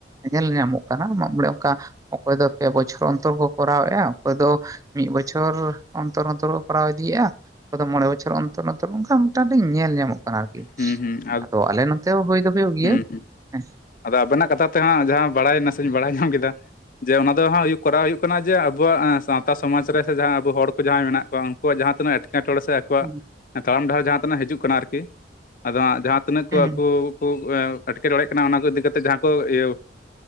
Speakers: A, on the right (about 20°); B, on the left (about 50°).
A: ᱧᱮᱞ ᱧᱟᱢᱚᱜ ᱠᱟᱱᱟ ᱢᱟᱜ ᱢᱬᱮ ᱚᱱᱠᱟ ᱚᱠᱚᱭ ᱫᱚ ᱯᱮ ᱵᱚᱪᱷᱚᱨ ᱚᱱᱛᱚᱨ ᱠᱚ ᱠᱚᱨᱟᱣ ᱮᱼᱟ ᱚᱠᱚᱭ ᱫᱚ ᱢᱤᱫ ᱵᱚᱪᱷᱚᱨ ᱚᱱ ᱚᱱᱛᱚᱨ ᱚᱱᱛᱚᱨ ᱠᱚᱨᱟᱣ ᱤᱫᱤᱭᱮᱫ ᱚᱠᱭ ᱫᱚ ᱢᱬᱮ ᱵᱚᱪᱷᱚᱨ ᱚᱱᱛᱚᱨ ᱚᱱᱛᱚᱨ ᱚᱱᱠᱟ ᱢᱚᱴᱟ ᱢᱳᱴᱤ ᱧᱮᱞ ᱧᱟᱢᱚᱜ ᱠᱟᱱᱟ ᱟᱨᱠᱤ
B: ᱦᱩᱸ ᱦᱩᱸ ᱟᱨ
A: ᱟᱫᱚ ᱟᱞᱮ ᱱᱚᱛᱮ ᱦᱩᱭ ᱫᱚ ᱦᱩᱭᱩᱜ ᱜᱮᱭᱟ
B: ᱦᱩᱸ ᱦᱩᱸ
A: ᱦᱮᱸ
B: ᱟᱫᱚ ᱟᱵᱮᱱᱟᱜ ᱠᱟᱛᱷᱟ ᱛᱮᱦᱟᱸᱜ ᱡᱟᱦᱟᱸ ᱵᱟᱲᱟᱭ ᱱᱟᱥᱮᱧ ᱵᱟᱲᱟᱭ ᱧᱟᱢ ᱠᱮᱫᱟ ᱡᱮ ᱚᱱᱟ ᱫᱚ ᱦᱟᱸᱜᱩ ᱠᱚᱨᱟᱣ ᱦᱩᱭᱩᱜ ᱠᱟᱱᱟ ᱡᱮ ᱟᱵᱚᱣᱟᱜ ᱥᱟᱶ ᱥᱟᱶᱛᱟ ᱥᱚᱢᱟᱡᱽ ᱨᱮ ᱥᱮ ᱡᱟᱦᱟᱸᱭ ᱟᱵᱚ ᱦᱚᱲ ᱠᱚ ᱡᱟᱦᱟᱸᱭ ᱢᱮᱱᱟᱜ ᱠᱚᱣᱟ ᱩᱱᱠᱩᱣᱟᱜ ᱡᱟᱦᱟᱸ ᱛᱤᱱᱟᱹᱜ ᱮᱸᱴᱠᱮᱴᱚᱬᱮ ᱥᱮ ᱟᱠᱚᱣᱟᱜ
A: ᱦᱮᱸ
B: ᱛᱟᱲᱟᱢ ᱰᱟᱦᱟᱨ ᱡᱟᱦᱟᱸᱛᱤᱱᱟᱹᱜ ᱦᱤᱡᱩᱜ ᱠᱟᱱᱟ ᱟᱨᱠᱤ ᱟᱫᱚ ᱦᱟᱸᱜ ᱡᱟᱦᱟᱸ ᱛᱤᱱᱟᱹᱜ ᱠᱚ
A: ᱦᱮᱸ ᱦᱮᱸ
B: ᱟᱠᱚ ᱮᱸᱴᱠᱮᱴᱚᱲᱮᱜ ᱠᱟᱱᱟ ᱚᱱᱟ ᱠᱚ ᱤᱫᱤ ᱠᱟ ᱠᱟᱛᱮᱫ ᱡᱟᱦᱟᱸ ᱠᱚ ᱤᱭᱟᱹ